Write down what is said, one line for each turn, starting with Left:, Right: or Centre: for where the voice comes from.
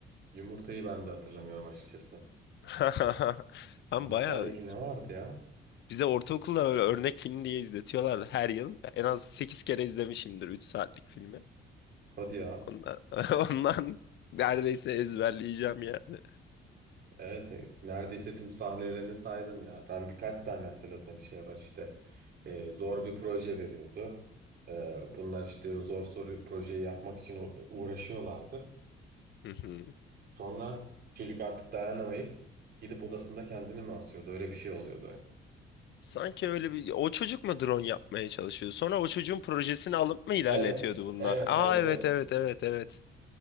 Right: Yumurtayı ben de hatırlamıyorum açıkçası.
Left: <laughs> Ben
Right: Yumurtayla
Left: bayağı
Right: ilgili ne vardı ya?
Left: bize ortaokulda öyle örnek film diye izletiyorlardı her yıl. En az 8 kere izlemişimdir 3 saatlik filmi.
Right: Hadi ya.
Left: Ondan, <laughs> ondan neredeyse ezberleyeceğim yani.
Right: Evet, evet. neredeyse tüm sahnelerini saydın ya. Ben birkaç tane hatırladığım şey var işte. Ee, zor bir proje veriyordu. Ee, bunlar işte o zor soru projeyi yapmak için u- uğraşıyorlardı.
Left: <laughs>
Right: Sonra çocuk artık dayanamayıp gidip odasında kendini mi asıyordu? Öyle bir şey oluyordu.
Left: Sanki öyle bir o çocuk mu drone yapmaya çalışıyordu? Sonra o çocuğun projesini alıp mı ilerletiyordu
Right: Evet,
Left: bunlar?
Right: evet,
Left: Aa
Right: evet,
Left: evet
Right: evet.
Left: evet evet evet.